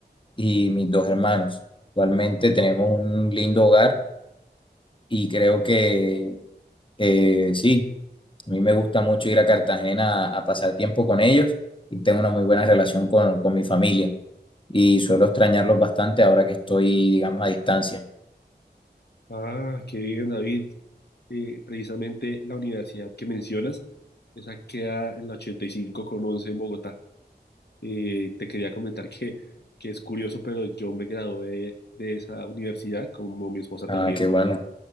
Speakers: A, on the left; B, on the left.
A: y mis dos hermanos. Actualmente tenemos un lindo hogar y creo que eh, sí, a mí me gusta mucho ir a Cartagena a, a pasar tiempo con ellos y tengo una muy buena relación con, con mi familia y suelo extrañarlos bastante ahora que estoy, digamos, a distancia.
B: Ah, qué bien, David. Eh, precisamente la universidad que mencionas, esa queda en la 85 con 11 en Bogotá. Eh, te quería comentar que, que es curioso, pero yo me gradué de, de esa universidad, como mi esposa
A: Ah,
B: también,
A: qué bueno,